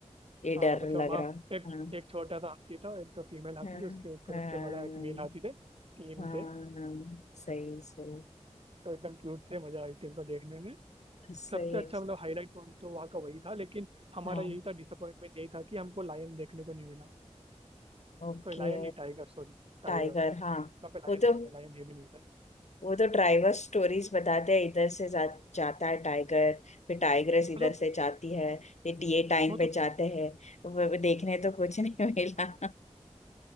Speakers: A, on the left; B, on the right.
A: ये
B: हाँ
A: डर
B: मतलब
A: लग
B: हाँ
A: रहा
B: एक
A: हाँ
B: एक छोटा सा हाथी था एक तो फीमेल हाथी
A: हाँ
B: थी उसके ऊपर
A: हाँ
B: उससे बड़ा एक मेल हाथी थे तीन
A: हाँ
B: थे
A: सही सही
B: तो एकदम क्यूट थे मजा आई थी उनको देखने में
A: सही
B: सबसे
A: है
B: अच्छा मतलब हाईलाइट पॉइंट तो वहाँ का वही था लेकिन हमारा
A: हाँ
B: यही था डिसअपॉइंटमेंट यही था कि हमको लायन देखने को नहीं मिला
A: ओके
B: तो लायन नहीं टाइगर सॉरी टाइगर
A: टाइगर हाँ
B: वहाँ पे लायन
A: वो तो
B: होता है लायन है भी नहीं होता है
A: वो तो ड्राइवर स्टोरीज बताते हैं इधर से जा, जाता है टाइगर फिर टाइग्रेस इधर
B: मतलब
A: से जाती है ये टीए टाइम
B: वो
A: पे
B: तो
A: जाते हैं वो, वो देखने तो कुछ नहीं <laughs> मिला